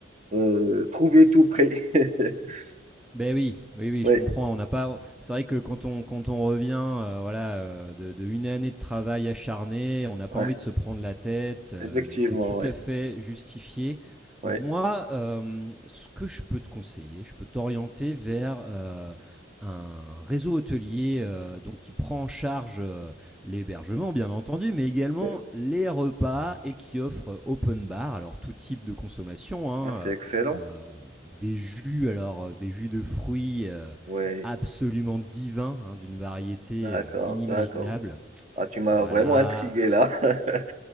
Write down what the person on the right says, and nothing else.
euh, trouver tout prêt. <laughs>
Oui,
ouais,
effectivement,
oui.
Ouais.
Ouais.
Ah, c'est excellent.
Oui,
d'accord,
d'accord. Ah, tu m'as
vraiment intrigué là. <laughs>